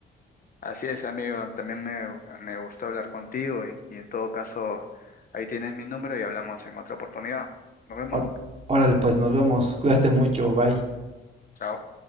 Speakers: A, on the left; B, on the right.
A: Así es, amigo, también me, me gustó hablar contigo y, y en todo caso, ahí tienes mi número y hablamos en otra oportunidad. Nos vemos,
B: Or- Órale, pues nos vemos. <laughs> Cuídate mucho. Bye.
A: chao.